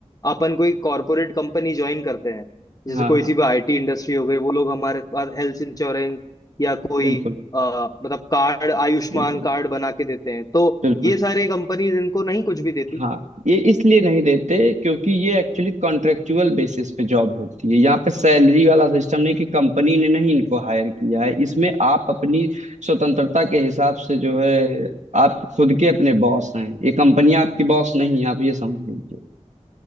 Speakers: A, on the left; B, on the right.
A: अपन कोई कॉरपोरेट कंपनी ज्वाइन करते हैं जैसे
B: हाँ
A: कोई
B: हाँ
A: सी भी आईटी इंडस्ट्री हो गई वो लोग हमारे पास हेल्थ इंश्योरेंस या कोई
B: बिल्कुल
A: अ, मतलब कार्ड आयुष्मान
B: बिल्कुल
A: कार्ड बना के देते हैं तो
B: बिल्कुल
A: ये सारे कंपनीज इनको नहीं कुछ भी देती
B: हाँ ये इसलिए नहीं देते क्योंकि ये एक्चुअली कॉन्ट्रेक्चुअल बेसिस पे जॉब होती है यहाँ पे सैलरी वाला सिस्टम नहीं कि कंपनी ने नहीं इनको हायर किया है इसमें आप अपनी स्वतंत्रता के हिसाब से जो है आप खुद के अपने बॉस हैं ये कंपनी आपकी बॉस नहीं है आप ये समझ लीजिए